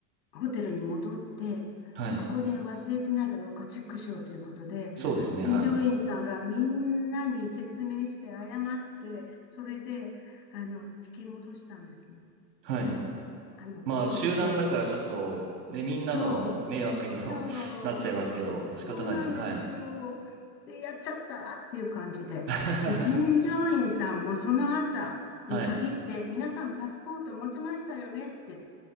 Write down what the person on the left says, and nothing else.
ホテルに戻って、
そこで忘れてないかどうかチェックしようということで、
添乗員さんがみんなに説明して謝って、
それで、あの、引き戻したんですね。
引き戻、あの、
戻って、
そう、そう、
そうなんですよ。
で、やっちゃったっていう感じで。
で、添乗員さんもその朝に限って、
皆さんパスポート持ちましたよねって